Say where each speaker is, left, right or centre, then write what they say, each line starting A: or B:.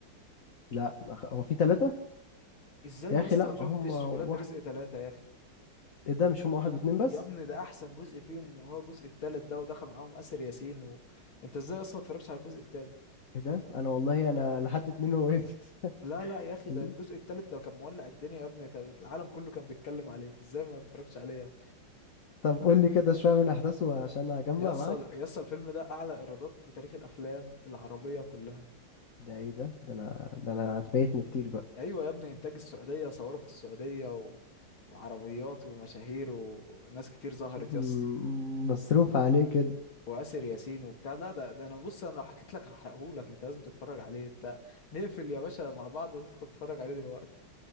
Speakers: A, on the left; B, on the left.
A: لا ما خ- هو في تلاتة
B: ازاي
A: يا
B: يا
A: أخي
B: اسطى
A: لا
B: ما شفتش
A: هم واحد
B: ولاد رزق ثلاثة يا اخي
A: إيه ده مش هم واحد واتنين بس
B: يا ابني ده احسن جزء فيهم وهو الجزء التالت ده ودخل معاهم اسر ياسين و... انت ازاي اصلا ما اتفرجتش على الجزء التالت
A: إيه ده أنا والله أنا لحد اتنين وقفت <laughs>
B: لا لا يا اخي ده الجزء التالت ده كان مولع الدنيا يا ابني كان العالم كله كان بيتكلم عليه ازاي ما اتفرجتش عليه يعني؟
A: طب قول لي كده شوية من أحداثه عشان أجمع
B: يا اسطى
A: معاك
B: يا اسطى الفيلم ده اعلى ايرادات في تاريخ الافلام العربية كلها
A: ده إيه ده ده أنا ده أنا فايتني كتير بقى
B: ايوه يا ابني انتاج السعوديه صوروا في السعوديه و... وعربيات ومشاهير وناس كتير ظهرت
A: م-
B: يا اسطى
A: مصروف عليه كده
B: واسر ياسين وبتاع لا ده, ده انا بص انا لو حكيت لك هحرقه لك انت لازم تتفرج عليه انت نقفل يا باشا مع بعض وتدخل تتفرج عليه دلوقتي